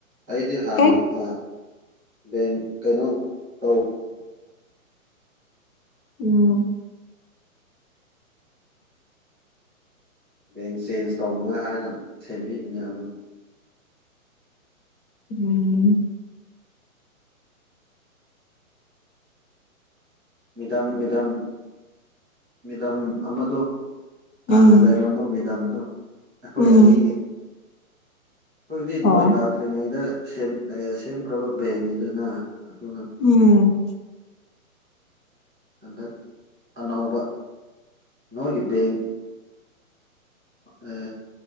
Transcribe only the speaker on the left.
ꯑꯦ
ꯎꯝ
ꯎꯝ
ꯎꯝ
ꯎꯝ
ꯑꯣ
ꯎꯝ